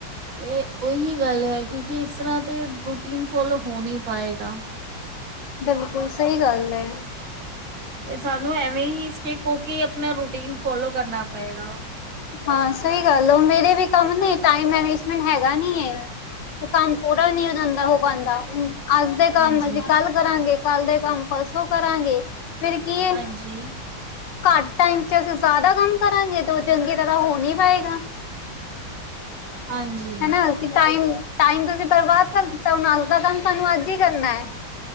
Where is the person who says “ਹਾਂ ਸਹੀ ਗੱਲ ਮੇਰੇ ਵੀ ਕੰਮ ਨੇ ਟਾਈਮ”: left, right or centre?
Left